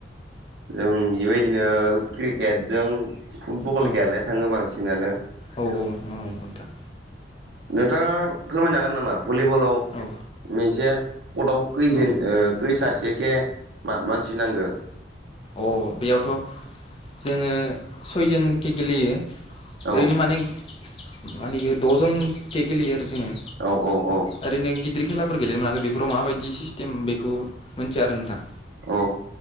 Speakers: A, on the right (about 70°); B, on the left (about 30°).
A: जों बेबायदिनो क्रिकेटजों फुटबल
B: औ
A: गेलेनो थाङो बांसिनानो।
B: औ औ उम नोंथां
A: नोंथाङा फोरमायनो हागोन नामा भलि बलाव
B: औ
A: मोनसे पटआव खैजोन
B: औ
A: ओ खै सासेखे मा-मानसि नांगो?
B: अ बेयावथ' जोङो सयजनखि गेलेयो।
A: औ
B: ओरैनो माने मानेखि द'जन केे गेलेयो आरो जोङो।
A: औ औ औ
B: ओरैनो गिदिर खेलाफोर गेलेनो मोनाखै बेफोराव माबायदि सिस्टेम बेखौ मिथिया आरो नोंथां।
A: औ